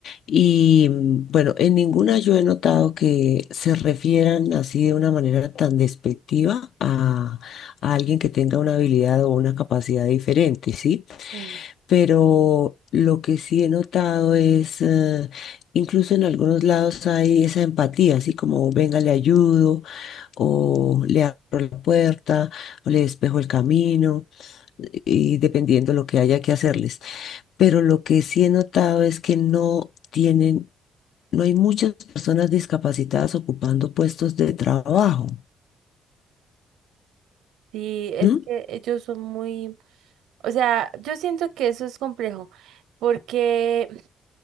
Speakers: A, on the left; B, on the right.
A: y, mm, bueno, en ninguna yo he notado que se refieran así de una manera tan despectiva a, a alguien que tenga una habilidad o una capacidad diferente, ¿sí?
B: Mm.
A: pero lo que sí he notado es, eh, incluso en algunos lados hay esa empatía, así como venga, le ayudo, o le abro la puerta, o le despejo el camino, y dependiendo lo que haya que hacerles. Pero lo que sí he notado es que no tienen, no hay muchas personas discapacitadas ocupando puestos de trabajo.
B: Sí, es
A: ¿m?
B: que ellos son muy, o sea, yo siento que eso es complejo, porque